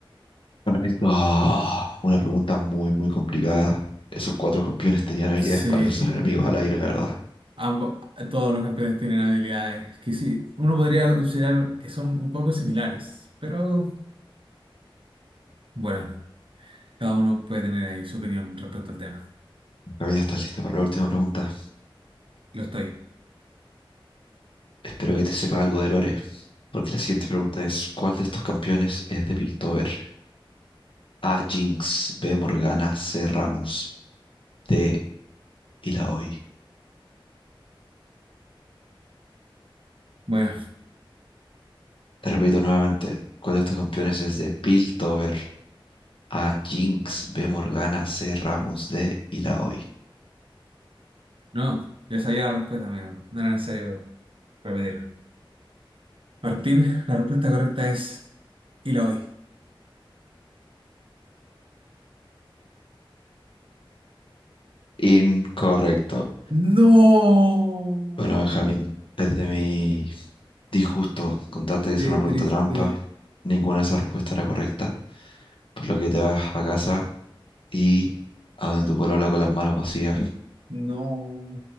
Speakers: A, on the left; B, on the right.
A: Correcto. Ah, una pregunta muy, muy complicada. Esos cuatro campeones tenían habilidades
B: Sí,
A: para usar enemigos al aire, la verdad.
B: ambos, todos los campeones tienen habilidades que sí, uno podría considerar que son un poco similares, pero bueno, cada uno puede tener ahí su opinión respecto al tema.
A: Camila, ¿estás lista para la última pregunta?
B: Lo estoy.
A: Espero que te sepa algo de Lore, porque la siguiente pregunta es, ¿cuál de estos campeones es de Piltover? A, Jinx, B, Morgana, C, Ramus, D, Illaoi.
B: Bueno,
A: Te repito nuevamente, ¿cuál de estos campeones es de Piltover? A, Jinx, B, Morgana, C, Ramus, D, Illaoi.
B: no, ya sabía la respuesta, amigo. No era necesario repetir. Martín, la respuesta correcta es Eloy.
A: Incorrecto.
B: No,
A: Bueno, Benjamín, desde mi disgusto contarte que
B: qué
A: es una pregunta
B: triste.
A: trampa, ninguna de esas respuestas era correcta, por lo que te vas a casa y a donde tu polola con las manos vacías
B: No.